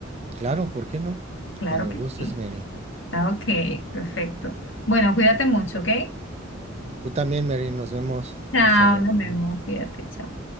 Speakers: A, on the right; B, on the left.
A: Claro, ¿por qué no?
B: Claro
A: Cuando
B: que
A: gustes,
B: sí.
A: Mary.
B: Ah, Ok, perfecto. Bueno, cuídate mucho, ¿ok?
A: Tú también, Mary, nos vemos.
B: Chao,
A: Hasta luego.
B: nos vemos, cuídate, chao.